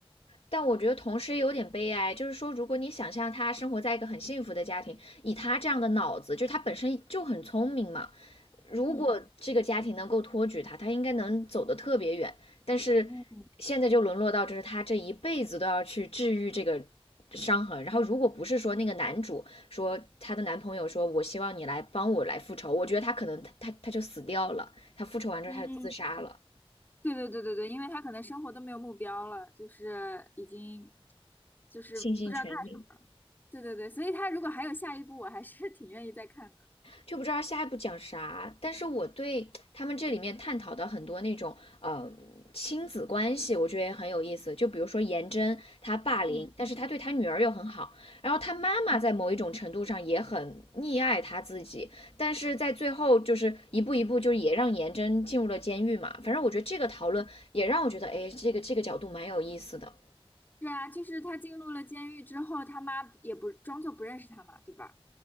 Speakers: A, on the left (about 75°); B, on the left (about 20°).
A: 但我觉得同时也有点悲哀，就是说，如果你想象他生活在一个很幸福的家庭，以他这样的脑子，就他本身就很聪明嘛，如果这个家庭能够托举他，
B: 嗯
A: 他应该能走得特别远。但是
B: 嗯
A: 现在就沦落到，就是他这一辈子都要去治愈这个伤痕。然后，如果不是说那个男主说他的男朋友说，我希望你来帮我来复仇，我觉得他可能他他他就死掉了，他复仇完之后他就自杀了，
B: 嗯。对对对对对，因为他可能生活都没有目标了，就是已经就是不知道干什么。
A: 倾尽全力。
B: 对对对，所以他如果还有下一步，我还是 <laughs> 挺愿意再看的。
A: 就不知道下一步讲啥。但是我对他们这里面探讨的很多那种呃亲子关系，我觉得也很有意思。就比如说颜真，她霸凌，
B: 嗯，
A: 但是她对她女儿又很好，然后他妈妈在某一种程度上也很溺爱他自己，但是在最后就是一步一步，就是也让颜真进入了监狱嘛。反正我觉得这个讨论也让我觉得，哎，这个这个角度蛮有意思的。
B: 是啊，就是他进入了监狱之后，他妈也不装作不认识他嘛，对吧？